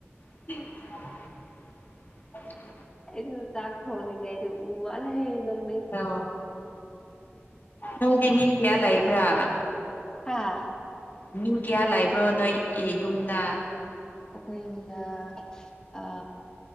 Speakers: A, on the left; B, on the left.
A: <unintelligible>
B: ꯑꯩꯁꯨ ꯆꯥꯛ ꯊꯣꯡꯅꯤꯡꯉꯩꯗꯣ ꯎ ꯃꯥꯜꯂꯦ ꯅꯪ
A: ꯑ ꯅꯪꯗꯤ ꯃꯤ ꯀꯌꯥ ꯂꯩꯥꯕ꯭ꯔꯥ
B: ꯍꯥꯥ
A: ꯃꯤ ꯀꯌꯥ ꯂꯩꯕ꯭ꯔꯣ ꯅꯣꯏ ꯏ ꯌꯨꯝꯗ
B: ꯑꯩꯈꯣꯏ ꯌꯨꯝꯗ ꯑ